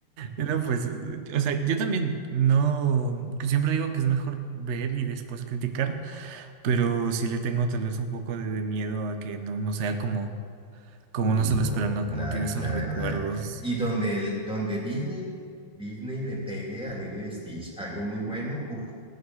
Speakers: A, on the right; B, in the centre.
A: No, pues, o sea, yo también no, que siempre digo que es mejor ver y después criticar. Pero sí le tengo tal vez un poco de, de miedo a que no, no sea como, como
B: Uy,
A: uno se
B: no,
A: lo espera, ¿no?
B: la,
A: Como tiene esos
B: la
A: recuerdos.
B: verdad. eh, Y donde, el- donde Disney, Disney le pegue a Lilo y Stitch algo muy bueno, uf,